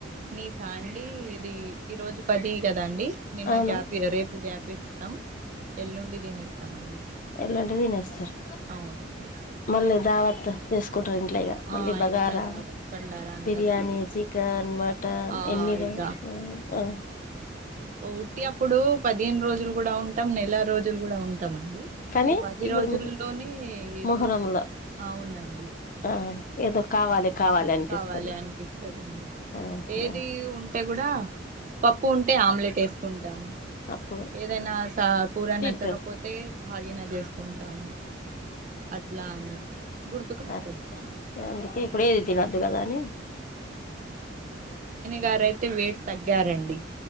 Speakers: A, on the right (about 40°); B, on the left (about 45°).
A: నిశా అండి ఇది ఈ రోజు పది కదాండి నిన్న
B: అవును
A: గ్యాప్ రేపు గ్యాప్స్త స్తాం ఎల్లుండి దీనేస్తామండి
B: ఎల్లుండి దినస్తారు
A: అవునండి
B: మళ్ళీ దావత్ వేస్ టారు ఇంట్లో ఇగ మళ్ళీ
A: ఆ
B: బగారా
A: ఇంట్ల దావత్ బండారా అంటారు
B: బిర్యానీ చికెన్ మటన్
A: ఆ
B: ఎన్ని ర
A: ఇక
B: ఆ అ
A: ఉట్టి అప్పుడు పదిహేను రోజులు కూడా ఉంటాం నెల రోజులు కూడా ఉం టమండి
B: కానీ
A: ఈ పది
B: ఇప్పుడు
A: రోజుల్లోనే ఏదో
B: మొహరంలో
A: అవునండి
B: ఆ ఏదో కావాలి కావాలి అనిపిస్తది
A: కావాలి అనిపిస్తదండీ
B: ఆహా
A: ఏది ఉంటే కూడా పప్పు ఉంటే ఆమ్లెట్ వేసుకుంట
B: అప్పుడు
A: ఏదైనా కూర
B: తింటారు
A: నచ్చకపోతే కాళీనా చేసుకుంటాము అట్లా అని గుర్తుకొస్తుది
B: ఆ అందుకే ఏది తినొద్దు కదా అని
A: గారైతే వేట్ తగ్గారండి